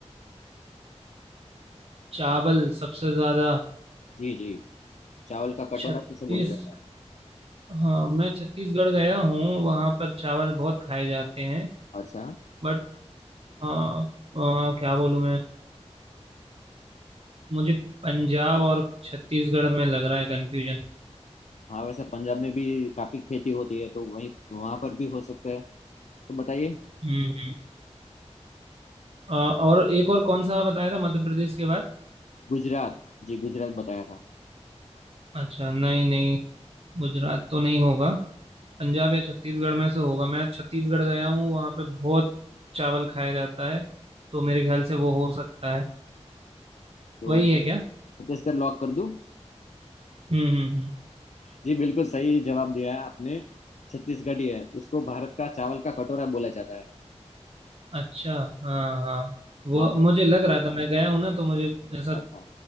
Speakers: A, on the right; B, on the left.
A: चावल सबसे ज्यादा
B: जी जी चावल का कटोरा
A: छत्तीस
B: किसे बोला जाता
A: हाँ मैं छत्तीसगढ़ गया हूँ वहाँ पर चावल बहुत खाए जाते हैं
B: है अच्छा
A: बट हाँ आ, क्या बोलूँ मैं मुझे पंजाब और छत्तीसगढ़ में लग रहा है कंफ्यूजन
B: हाँ वैसे पंजाब में भी काफी खेती होती है तो वहीं वहां पर भी हो सकता है तो बताइए
A: हम्म हम्म। आ, और एक और कौन सा बताया था मध्य प्रदेश के बाद
B: गुजरात जी गुजरात बताया था
A: अच्छा नहीं नहीं गुजरात तो नहीं होगा पंजाब या छत्तीसगढ़ में से होगा मैं छत्तीसगढ़ गया हूँ वहाँ पे बहुत चावल खाया जाता है तो मेरे ख्याल से वो हो सकता है
B: तो
A: वही है क्या
B: छत्तीसगढ़ लॉक कर दूं
A: हम्म हम्म हम्म
B: जी बिल्कुल सही जवाब दिया है आपने छत्तीसगढ़ ही है उसको भारत का चावल का कटोरा बोला जाता है
A: अच्छा हाँ हाँ वो
B: वहां पर
A: मुझे लग रहा था मैं गया हूँ ना तो मुझे ऐसा
B: अच्छा